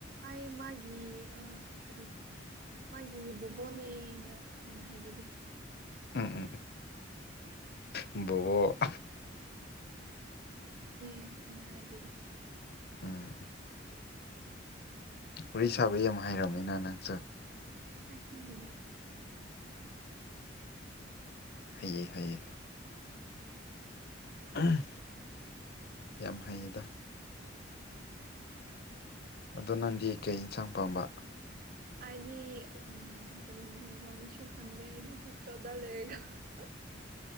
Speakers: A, on the right (about 50°); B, on the left (about 55°).
A: ꯑꯩ ꯃꯥꯒꯤ ꯀꯔꯤ ꯃꯥꯒꯤ ꯕꯣꯕꯣꯅꯦꯅ ꯀꯩꯅ ꯍꯥꯏꯕꯤꯒꯦ
B: ꯎꯝ ꯎꯝ ꯕꯣ
A: ꯑꯦ ꯑꯅ ꯍꯥꯏꯕꯤꯒꯦ
B: ꯎꯝ ꯎꯔꯤꯁꯥꯕꯨ ꯌꯥꯝ ꯍꯥꯏꯔꯝꯃꯤꯅ ꯅꯪꯁꯨ
A: ꯑꯦꯪꯕꯤꯗꯥ
B: ꯍꯥꯏꯩꯌꯦ ꯍꯥꯏꯌꯦꯌꯦ ꯎꯝ
A: ꯎꯝ
B: ꯌꯥꯝ ꯍꯥꯏꯩꯗ ꯑꯗꯣ ꯅꯪꯗꯤ ꯀꯩ ꯌꯦꯟꯁꯥꯡ ꯄꯥꯝꯕ
A: ꯑꯩꯗꯤ ꯎꯝ ꯀꯔꯤꯅꯦ ꯃꯃꯤꯁꯨ ꯈꯟꯗꯦ ꯑꯩꯅꯦ ꯍꯣꯁꯇꯦꯜꯗ ꯂꯩꯔꯒ ꯑ